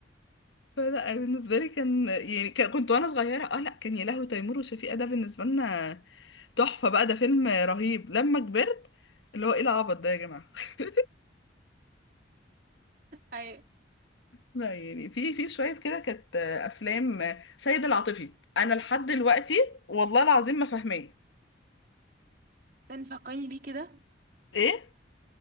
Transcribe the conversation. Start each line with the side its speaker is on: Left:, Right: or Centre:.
Left: فلا بالنسبه لي كان يعني كان- كنت وانا صغيره اه لا كان يا لهوي تيمور وشفيقة ده بالنسبه لنا تحفه بقى ده فيلم رهيب لما كبرت اللي هو ايه العبط ده يا جماعه <laughs>
Right: ايوه
Left: لا يعني في في شويه كده كانت افلام سيد العاطفي انا لحد دلوقتي والله العظيم ما فاهماه
Right: تاني فكريني بيه كده
Left: ايه